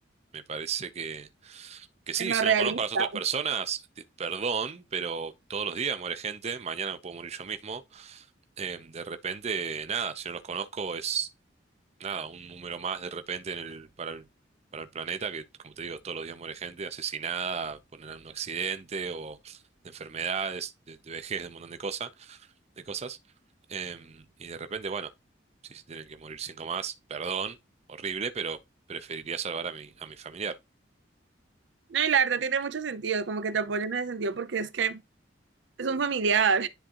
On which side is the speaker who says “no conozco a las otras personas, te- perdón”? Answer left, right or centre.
Right